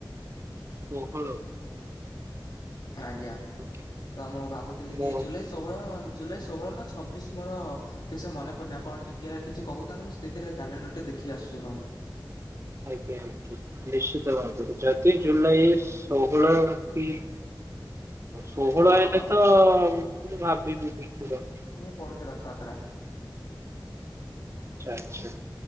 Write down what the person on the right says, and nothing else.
ଷୋହଳ
ଆଜ୍ଞା।
ମୁଁ
ଆଜ୍ଞା -ଆଜ୍ଞା ନିଶ୍ଚିତ ଭାବରେ ଯଦି ଜୁଲାଇ ଷୋହଳ କି ଷୋହଳ
ହେଲେ
ତ ଭାବିବି ନିଶ୍ଚିତ।
ଆଚ୍ଛା ଆଚ୍ଛା